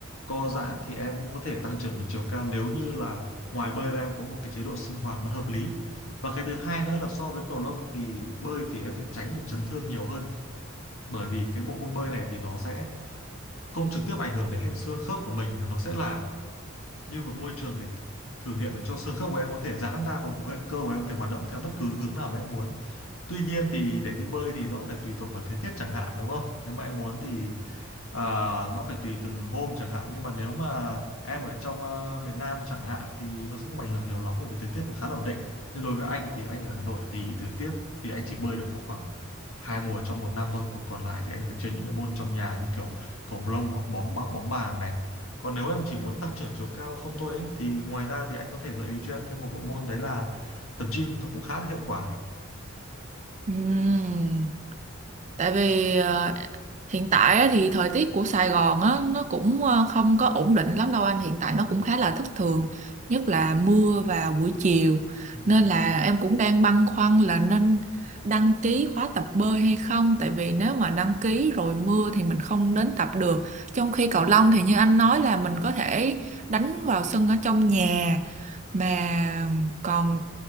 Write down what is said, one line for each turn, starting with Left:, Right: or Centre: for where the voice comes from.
Left: co giãn thì em cũng có thể tăng trưởng được chiều cao nếu như là ngoài bơi ra em có một cái chế độ sinh hoạt nó hợp lý và cái thứ hai nữa là so với cầu lông thì bơi thì em sẽ tránh được chấn thương nhiều hơn bởi vì cái bộ môn bơi này thì nó sẽ không trực tiếp ảnh hưởng đến hệ xương khớp của mình mà nó sẽ là như một môi trường để thử nghiệm để cho xương khớp của em có thể giãn ra và bộ hệ cơ của em có thể hoạt động theo bất cứ hướng nào mà em muốn. Tuy nhiên thì để đi bơi thì nó cũng phải tùy thuộc vào thời tiết chẳng hạn đúng không? Nếu mà em muốn thì À, nó phải tùy từng hôm chẳng hạn nhưng mà nếu mà em ở trong à, miền Nam chẳng hạn thì nó sẽ không ảnh hưởng nhiều lắm bởi vì thời tiết nó khá là ổn định nhưng đối với anh thì anh ở Hà Nội thì thời tiết thì anh chỉ bơi được có khoảng hai mùa trong một năm thôi còn còn lại thì anh phải chơi những cái môn trong nhà như kiểu cầu lông hoặc bóng bóng bóng bàn này còn nếu em chỉ muốn tăng trưởng chiều cao không thôi ấy, thì ngoài ra thì anh có thể gợi ý cho em thêm một bộ môn đấy là tập gym nó cũng khá là hiệu quả
Right: Ừm. tại vì ờ, hiện tại á thì thời tiết của Sài Gòn á nó cũng ờ, không có ổn định lắm đâu anh hiện tại nó cũng khá là thất thường nhất là mưa vào buổi chiều
Left: Ừ,
Right: nên là em cũng đang băn khoăn là nên đăng ký khóa tập bơi hay không tại vì nếu mà đăng ký rồi mưa thì mình không đến tập được trong khi cầu lông thì như anh nói là mình có thể đánh vào sân ở trong nhà mà còn